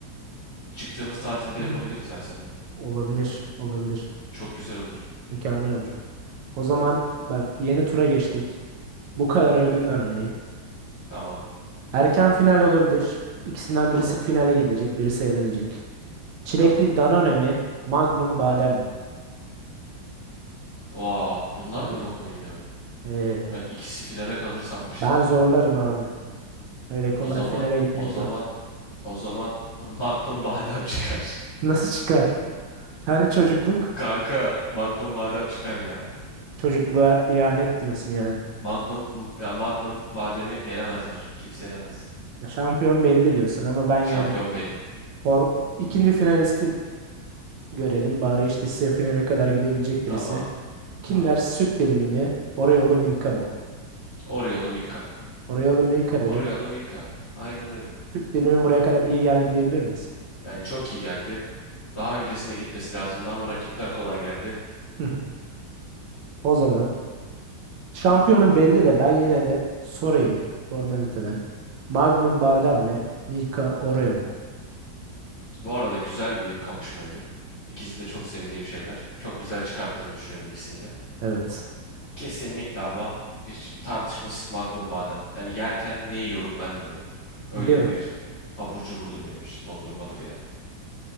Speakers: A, on the left; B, on the right.
A: Çıktığımız tatilde
B: <clears throat>
A: yapabiliriz Ersen onu.
B: Olabilir, olabilir.
A: Çok güzel olur.
B: Mükemmel olur. O zaman bak yeni tura geçtik. Bu kadar övdüğünden örneği.
A: Tamam.
B: Erken final olabilir. İkisinden
A: Tamam.
B: birisi finale gidecek, birisi eğlenecek. Çilekli
A: Tamam.
B: Danone mi, Magnum badem mi?
A: Vaa bunlar mı
B: Abi.
A: o- oynuyor?
B: Ee,
A: Ben ikisi finale kalır sanmıştım
B: ben
A: ya.
B: zorlarım abi. Öyle kolay
A: O zaman
B: finale gitmek
A: o zaman
B: yok.
A: o zaman <laughs> Magnum badem çıkar.
B: Nasıl çıkar? Hani çocukluk?
A: <laughs> Kanka Magnum badem çıkar ya.
B: Çocukluğa ihanet diyorsun yani.
A: Magnum ya Magnum bademi yenemezler. Kimse yenemez.
B: Şampiyon belli diyorsun ama ben yine
A: Şampiyon
B: de
A: belli.
B: for... ikinci finalisti görelim. Bari işte finale kadar gidebilecek
A: Tamam.
B: birisi. Kinder
A: Tamam.
B: süt dilimi mi? Oreo'lu Milka mı?
A: Oreo'lu Milka.
B: Oreo'lu Milka dedin.
A: Oreo'lu Milka. Aynen öyle.
B: Süt dilimi buraya kadar iyi geldi diyebilir miyiz?
A: Yani çok iyi geldi. Daha öncesine gitmesi lazımdı ama rakipler kolay geldi.
B: <laughs> O zaman şampiyonun belli de ben yine de sorayım formaliteden. Magnum badem mi? Milka Oreo mu?
A: Bu arada güzel bir kapışmaydı. İkisi de çok sevdiğim şeyler. Çok güzel çıkarttığımı düşünüyorum ikisinde.
B: Evet.
A: Kesinlikle ama hiç tartışmasız Magnum badem. Yani yerken ne yiyorum ben diyorum. Öyle
B: Değil mi?
A: bir abur cuburdur benim için. Dondurmadır yani.